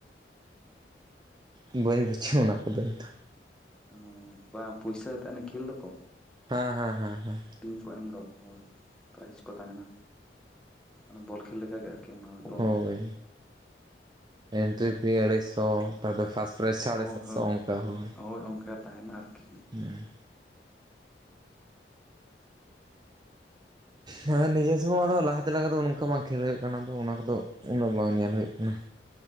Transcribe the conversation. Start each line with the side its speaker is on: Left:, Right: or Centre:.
Right: ᱮᱻ ᱵᱟᱹᱧ ᱵᱩᱡᱷᱟᱹᱣᱟ ᱚᱱᱟ ᱠᱚᱫᱚ ᱤᱧ ᱫᱚ
Centre: ᱚ ᱵᱟᱝ ᱯᱚᱭᱥᱟ ᱟᱛᱮ ᱦᱟᱱᱮ ᱠᱷᱮᱹᱞ ᱫᱚᱠᱚ᱾
Right: ᱦᱮᱸ ᱦᱮᱸ ᱦᱮᱸ ᱦᱮᱸ
Centre: ᱴᱤᱢ ᱠᱚ ᱮᱢ ᱫᱚ ᱦᱳᱭ ᱯᱮᱨᱟᱭᱤᱡᱽ ᱠᱚ ᱛᱟᱦᱮᱱᱟ ᱢᱟᱱᱮ ᱵᱚᱞ ᱠᱷᱮᱞ ᱞᱮᱠᱟ ᱜᱮ ᱟᱹᱨᱠᱤ ᱚᱱᱟ ᱦᱚᱸ᱾
Right: ᱦᱳᱭ ᱮᱱᱴᱨᱤᱯᱷᱤ ᱟᱹᱲᱟᱹᱭ ᱥᱚ᱾ ᱚᱠᱟᱫᱚ ᱯᱷᱟᱥᱴ ᱯᱮᱨᱟᱭᱤᱡ ᱥᱟᱲᱮ
Centre: ᱦᱳᱭ
Right: ᱥᱟᱛᱥᱚ
Centre: ᱦᱳᱭ
Right: ᱚᱱᱠᱟ ᱦᱳᱭ᱾
Centre: ᱦᱳᱭ ᱚᱱᱠᱟ ᱛᱟᱦᱮᱱᱟ ᱟᱹᱨᱠᱤ
Right: ᱦᱮᱸ ᱦᱮ ᱱᱤᱡᱮ ᱥᱚᱢᱚᱭᱫᱚ ᱞᱟᱦᱟᱛᱮ ᱞᱮᱠᱟ ᱫᱚ ᱚᱱᱠᱟ ᱵᱟᱝ ᱠᱷᱮᱹᱞ ᱦᱩᱭᱩᱜ ᱠᱟᱱᱟ ᱚᱱᱟ ᱠᱚᱫᱚ ᱩᱱᱟᱹᱜ ᱵᱟᱝ ᱧᱮᱞ ᱦᱩᱭᱩᱜ ᱠᱟᱱᱟ ᱾